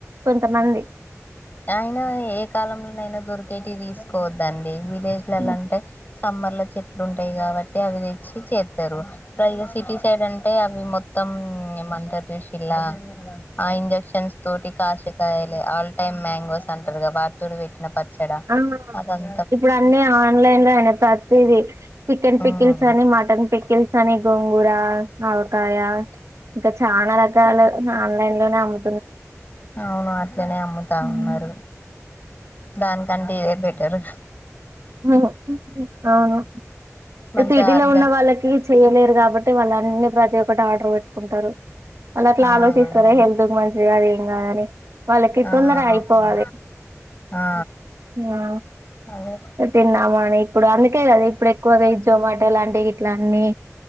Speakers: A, on the right; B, on the left.
A: కొంతమంది
B: అయినా ఏ కాలంలోనైనా దొరికేటి తీసుకోవద్దండి విలేజ్లలో
A: హ్మ్.
B: అంటే సమ్మర్లో చెట్లు ఉంటాయి కాబట్టి అవి తెచ్చి చేస్తారు పైగా సిటీ సైడ్ అంటే అవి మొ త్తం ఏమంటారు చూసిల్లా ఆ ఇంజెక్షన్స్ తోటి కాసేకాయాలే ఆల్ టైం మ్యాంగోస్ అంటారుగా వాటితోటి పెట్టిన పచ్చడా
A: ఆ
B: అదం
A: ఇప్పుడు అన్ని ఆన్లైన్లో అయినయ్ ప్రతిదీ చికెన్ పిక్కిల్స్
B: ఉమ్
A: అని మటన్ పిక్కిల్ తని గోంగుర ఆవకాయ ఇంకా చాలా రకాల ఆన్లైన్లోనే అమ్ము
B: అవును అట్లనే అమ్ముతా
A: హ్మ్.
B: ఉన్నారు దానికంటే ఇదే బెటరు
A: ఓ ఆహా
B: మంచి
A: సిటీలో
B: ఆర్గా
A: ఉన్న వాళ్ళకి చెయ్యలేరు కాబట్టి వాళ్ళన్నీ ప్రతి ఒక్కటి ఆర్డర్ పెట్టు కుంటారు వాళ్ళు అట్లా
B: ఆ
A: ఆలోచిస్తారా
B: అవును
A: హెల్త్ కి మంచిది కాదు ఏం కాదని వాళ్ళకి
B: ఆ
A: తొందర అయిపోవాలి
B: అవును ఆ
A: ఆ
B: అదే
A: తిన్నామా అని ఇప్పుడు అందుకే కదా ఇప్పుడు ఎక్కువగా ఈజొమాటో లాం టే ఇట్లా అన్ని